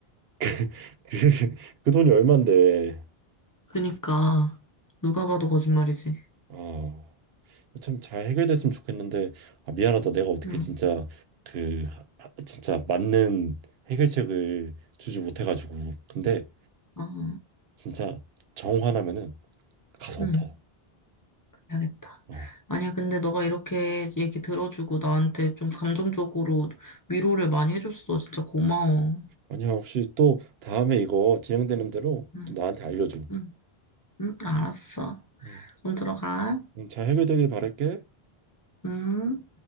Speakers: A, on the right; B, on the left.
A: <laughs> 그, 그 돈이 얼만데,
B: 그니까 누가 봐도 거짓말이지.
A: 아, 참 잘 해결됐으면 좋겠는데, 아, 미안하다. 내가 어떻게
B: 음,
A: 진짜 그, 하- 진짜 맞는 해결책을 주지 못해가지고. 근데
B: 아,
A: 진짜 정 화나면은 가서
B: 음,
A: 엎어.
B: 그래야겠다.
A: 어.
B: 아니야, 근데 너가 이렇게 얘기 들어주고 나한테 좀 감정적으로 위로를 많이 해줬어. 진짜 고마워.
A: 아니야, 혹시 또 다음에 이거 진행되는 대로
B: 응,
A: 또 나한테 알려줘.
B: 응. 응, 알았어.
A: 음.
B: 그럼 들어가.
A: 음, 잘 해결되길 바랄게.
B: 응.